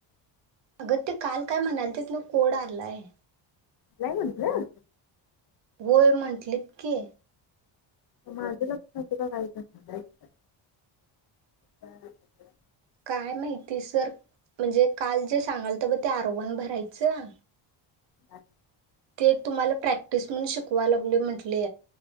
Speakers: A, on the right (about 60°); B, on the left (about 50°).
A: अगं ते काल काय म्हणालतीत ना कोड आणलाय.
B: नाही म्हंटल?
A: होय म्हंटलीत की.
B: माझं लक्ष नव्हतं का काय गं? <inaudible> <unintelligible>
A: काय माहिती सर. म्हणजे काल जे सांगालत ब ते आरवन भरायचं.
B: अ <unintelligible>
A: ते तुम्हाला प्रॅक्टिस म्हणून शिकवा लागलोय म्हटले.